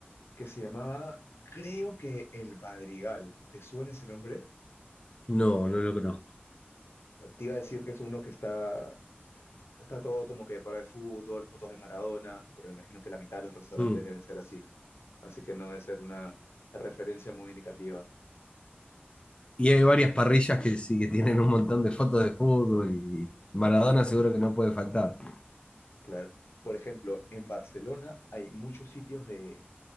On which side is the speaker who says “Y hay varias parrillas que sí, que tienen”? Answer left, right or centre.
Left